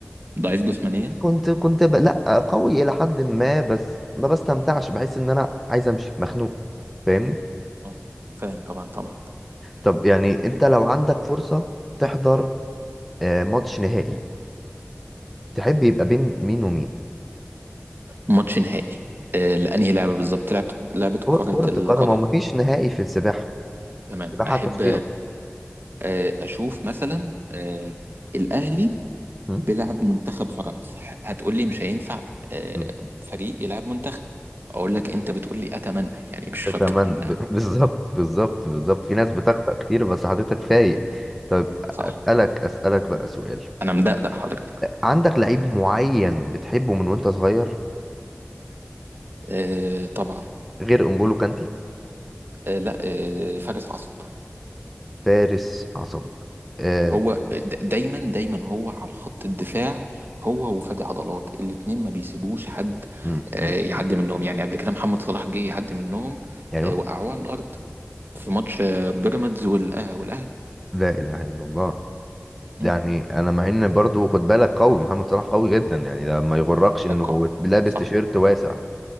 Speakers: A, on the right; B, in the centre.
A: ضعيف جسمانيا
B: كنت كنت ب... لا قوي الى حد ما بس ما بستمتعش بحس ان انا عايز امشي مخنوق فاهمني
A: آه، فاهم طبعا طبعا
B: طب يعني انت لو عندك فرصة تحضر آه، ماتش نهائي تحب يبقى بين مين ومين
A: ماتش نهائي آه، لأنهي لعبة بالظبط لعبة لعبة
B: كرة
A: كرة
B: كرة
A: القدم
B: القدم هو مفيش نهائي في السباحة
A: تمام
B: السباحة
A: أحب
B: تصفية
A: آه، اشوف مثلا آه، الاهلي
B: م?
A: بيلعب منتخب فرنسا هتقول لي مش هينفع آه،
B: م.
A: فريق يلعب منتخب اقول لك انت بتقول لي اتمنى يعني مش شرط
B: تمام
A: تكون
B: ب- <laughs> بالظبط بالظبط بالظبط في ناس بتخطأ كتير بس حضرتك فايق طيب
A: صح
B: أسألك أسألك بقى سؤال
A: انا مدقدق حضرتك
B: عندك لعيب معين بتحبه من وانت صغير
A: آه، طبعا
B: غير انجولو كانتي
A: آه، لا آه، فارس عصب
B: فارس عصب آه.
A: هو د- دايما دايما هو على خط الدفاع هو وفادي عضلات الاتنين ما بيسيبوش حد
B: م-
A: آه،
B: م-
A: يعدي
B: م.
A: منهم يعني قبل كده محمد صلاح جه يعدي منهم
B: ايوه
A: آه، وقعوه على الارض في ماتش آه، بيراميدز والأ- والاهلي
B: لا اله الا الله
A: مم.
B: يعني انا مع ان برضو خد بالك قوي محمد صلاح قوي جدا يعني ده ما يغركش انه
A: كعقاب
B: هو لابس
A: صح
B: تيشيرت واسع